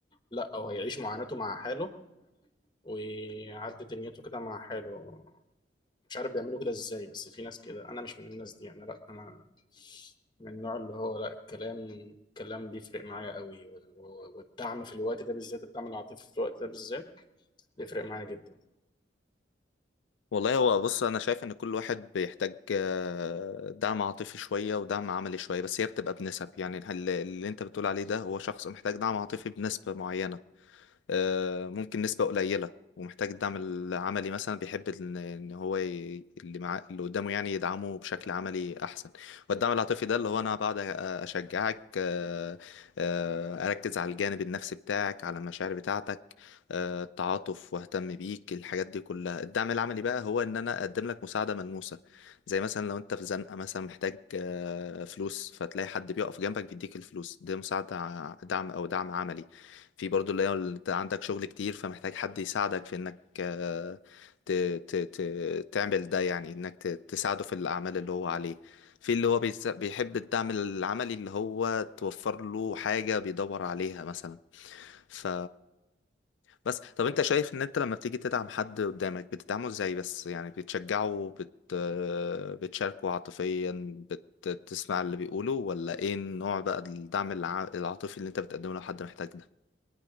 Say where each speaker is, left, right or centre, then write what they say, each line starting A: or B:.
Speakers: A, on the left (about 25°); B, on the left (about 85°).
A: لا هو يعيش معاناته مع حاله ويعدي دنيته كده مع حاله مش عارف بيعملوا كده ازاي بس في ناس كده انا مش من الناس دي انا لا انا من النوع اللي هو لا الكلام الكلام بيفرق معايا قوي وال- و- والدعم في الوقت ده بالذات الدعم العاطفي في الوقت ده بالذات بيفرق معايا جدا
B: والله هو بص انا شايف ان كل واحد بيحتاج آه، دعم عاطفي شويه ودعم عملي شويه بس هي بتبقى بنسب يعني ال- اللي انت بتقول عليه ده هو شخص محتاج دعم عاطفي بنسبه معينه آه، ممكن نسبة قليلة ومحتاج الدعم العملي مثلا بيحب ان إن هو ي... اللي مع... اللي قدامه يعني يدعمه بشكل عملي احسن والدعم العاطفي ده اللي هو انا بقعد أ- اشجعك آه، آه، اركز على الجانب النفسي بتاعك على المشاعر بتاعتك آه، التعاطف واهتم بيك الحاجات دي كلها الدعم العملي بقى هو ان انا اقدم لك مساعدة ملموسة زي مثلا لو انت في زنقة مثلا محتاج آه، فلوس فتلاقي حد بيقف جنبك بيديك الفلوس ده مساعدة ع- دعم او دعم عملي في برضو اللي هو اللي انت عندك شغل كتير فمحتاج حد يساعدك في انك آه، ت ت ت تعمل ده يعني انك ت- تساعده في الاعمال اللي هو عليه في اللي هو بيس- بيحب الدعم العملي اللي هو توفر له حاجة بيدور عليها مثلا ف بس طب انت شايف ان انت لما بتيجي تدعم حد قدامك بتدعمه ازاي بس يعني بتشجعه بت... آه، بتشاركه عاطفيا بتسمع اللي بيقوله ولا ايه النوع بقى الدعم الع- العاطفي اللي انت بتقدمه لو حد محتاج ده